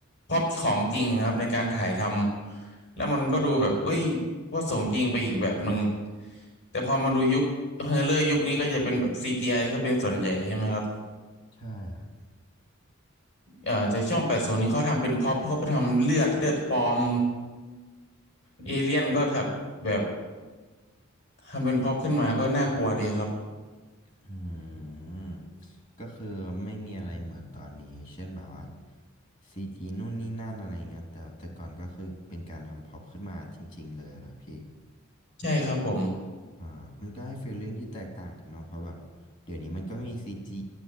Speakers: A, on the left; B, on the left.
A: พ็อปของจริงครับในการถ่ายทำแล้วมันก็ดูแบบเอ้ยว่าสมจริงไปอีกแบบหนึ่งแต่พอมาดูยุคเฮอร์เลอร์ยุคนี้ก็จะเป็นแบบซี g i ซะเป็นส่วนใหญ่ใช่ไหมครับ
B: ใช่ครับ
A: เออแต่ช่วงแปดศูนย์นี้เขาทำเป็นพ็อปเขาไปทำเลือดเลือดปลอมเอเลี่ยนก็แบบแบบทำเป็นพ็อปขึ้นมาก็น่ากลัวดีครับ
B: อืมก็คือไม่มีอะไรเหมือนตอนนี้เช่นแบบว่าซีจีนู่นนี่นั่นอะไรเงี้ยแต่แต่ก่อนก็คือเป็นการทำพ็อปขึ้นมาจริงๆเลยอะล่ะพี่
A: ใช่ครับผม
B: อ่ามันก็ให้ฟีลลิ่งที่แตกต่างกันเนาะเพราะแบบเดี๋ยวนี้มันก็มีซีจี